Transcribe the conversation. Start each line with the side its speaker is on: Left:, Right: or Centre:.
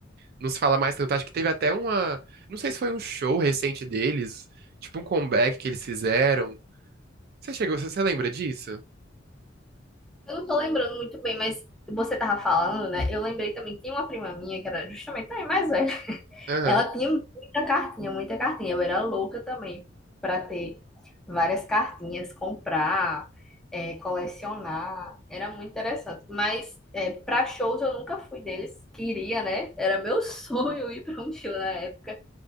Right: não se fala mais tanto. Acho que teve até uma. Não sei se foi um show recente deles, tipo um comeback que eles fizeram. Você chegou, você você lembra disso?
Centre: Eu não tô lembrando muito bem, mas você tava falando, né? Eu lembrei também, tinha uma prima minha que era justamente também mais velha.
Right: Aham.
Centre: Ela tinha muita cartinha, muita cartinha. Eu era louca também pra ter várias cartinhas, comprar, é, colecionar. Era muito interessante. Mas é, para shows eu nunca fui deles. Queria, né? Era meu <laughs> sonho ir pra um show na época.